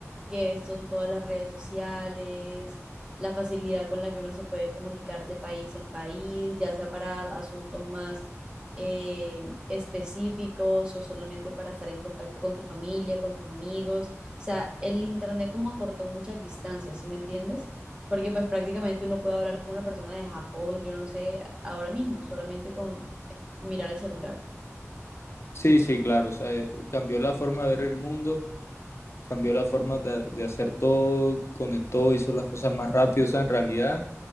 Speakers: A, on the right (about 20°); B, on the left (about 55°).
A: que son todas las redes sociales, la facilidad con la que uno se puede comunicar de país en país, ya sea para asuntos más eh, específicos o solamente para estar en contacto con tu familia, con tus amigos. O sea, el internet como acortó muchas distancias, ¿sí me entiendes? Porque pues prácticamente uno puede hablar con una persona de Japón, yo no sé, ahora mismo, solamente con mirar el celular.
B: Sí, sí, claro, o sea, eh, cambió la forma de ver el mundo, cambió la forma de, de hacer todo, conectó, hizo las cosas más rápido, o sea, en realidad